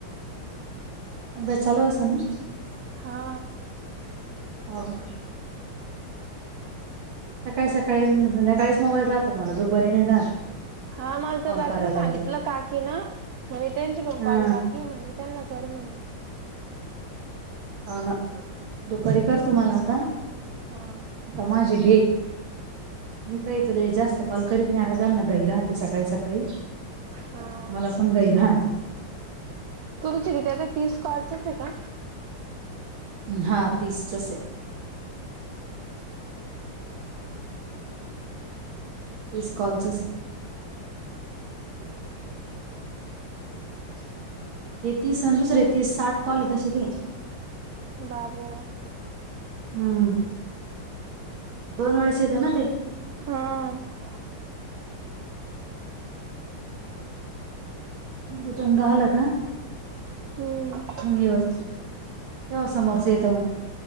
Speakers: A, on the right; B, on the right.
A: अभ्यास चालू असं ना.
B: हा.
A: हाव का सकाळी सकाळी संध्याकाळीच मोबाईल राहतो मला दुपारी नाही राहत.
B: हा मला तर
A: कॉल
B: रात्री
A: करायला
B: सांगितलं
A: आणि ते
B: काकी ना म्हणे त्यांची पण
A: हा
B: कॉल बाकी घे म्हणे त्याला कर म्हणे.
A: हो ना दुपारी कर तुम्हाला आता.
B: हा.
A: आता माझ घे मी काय तुले जास्त कॉल करीत नाही आला त्यांना घई राहते सकाळी सकाळी
B: हा
A: मला पण घई राहत.
B: तुमचे किती आहेत तीस कॉलच आहे का?
A: हा तीसचा आहे. तीस कॉलच आहे. ह. <unintelligible> हे तीस आणि दुसरे तीस साठ कॉल कसे घ्यायचे.
B: बाबो.
A: हम्म. दोन वेळेस येते ना ते.
B: हम्म.
A: <unintelligible> आलं का?
B: हम्म.
A: मग येव तेव्हा समोरच येतं मग.